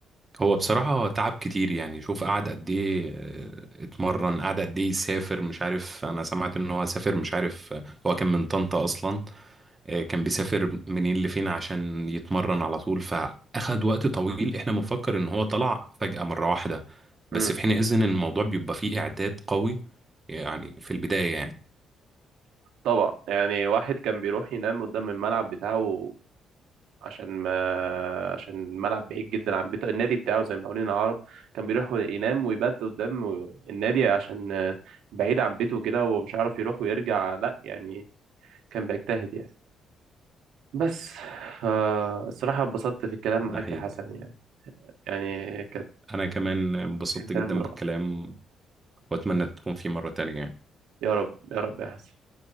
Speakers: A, on the right; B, on the right.
A: هو بصراحة تعب كتير يعني شوف قعد قد ايه آه، اتمرن قعد قد ايه يسافر مش عارف انا سمعت ان هو سافر مش عارف آه، هو كان من طنطا اصلا آه، كان بيسافر منين لفين عشان يتمرن على طول فاخد وقت طويل احنا بنفكر ان هو طلع فجأة مرة واحدة
B: امم
A: بس في حين اذن الموضوع بيبقى فيه اعداد قوي يعني في البداية يعني
B: طبعا يعني واحد كان بيروح ينام قدام الملعب بتاعه عشان ما عشان الملعب بعيد جدا عن بيته النادي بتاعه زي ما قولنا العرب كان بيروح ينام ويبات قدام النادي عشان آه، بعيد عن بيته كده ومش عارف يروح ويرجع لا يعني كان بيجتهد يعني بس فالصراحة اتبسطت في الكلام
A: ده
B: معاك
A: حقيقي
B: يا حسن يعني يعني كانت
A: انا كمان انبسطت
B: كان كلام
A: جدا
B: رائع
A: بالكلام واتمنى تكون في مرة تانية يعني
B: يا رب يا رب يا حسن